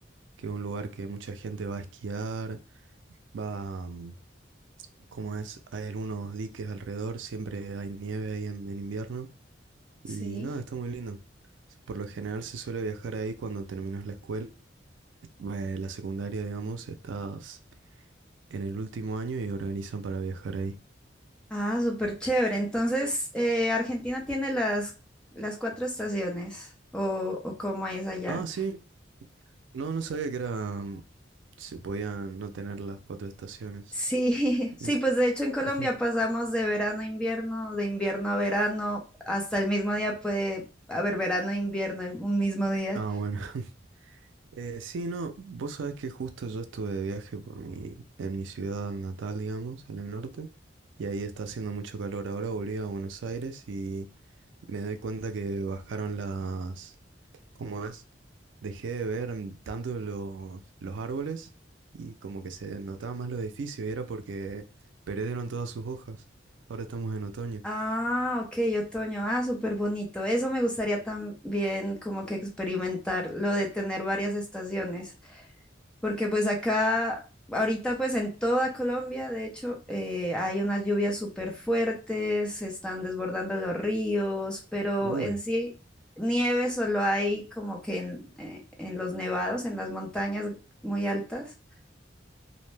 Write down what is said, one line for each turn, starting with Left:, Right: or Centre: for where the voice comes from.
Right: que es un lugar que mucha gente va a esquiar, va, mm, como es, hay algunos diques alrededor, siempre hay nieve ahí en, en invierno,
Centre: Sí.
Right: y nada, está muy lindo. Por lo general se suele viajar ahí cuando terminas la escuela eh, la secundaria, digamos, estás en el último año y organizan para viajar ahí.
Centre: Ah, súper chévere. Entonces, eh, Argentina tiene las, las cuatro estaciones, o, o cómo es allá.
Right: Ah, sí, no, no sabía que era... mm, Se podían no tener las cuatro estaciones.
Centre: Sí, <laughs> sí,
Right: Mm,
Centre: pues de
Right: <laughs>
Centre: hecho en Colombia
Right: ujú.
Centre: pasamos de verano a invierno, de invierno a verano, hasta el mismo día puede haber verano e invierno en un mismo día.
Right: Ah, bueno. <laughs> Eh, sí, no, vos sabés que justo yo estuve de viaje por mi, en mi ciudad natal, digamos, en el norte, y ahí está haciendo mucho calor. Ahora volví a Buenos Aires y me doy cuenta que bajaron las, Como es, dejé de ver mm, tanto los, los árboles y como que se notaba más los edificios y era porque perdieron todas sus hojas. Ahora estamos en otoño.
Centre: Ah, ok, otoño. Ah, súper bonito. Eso me gustaría también como que experimentar, lo de tener varias estaciones. porque pues acá, ahorita pues en toda Colombia, de hecho, eh, hay unas lluvias súper fuertes, se están desbordando los ríos, pero
Right: Uy,
Centre: en sí nieve solo hay como que en, eh, en los nevados, en las montañas muy altas.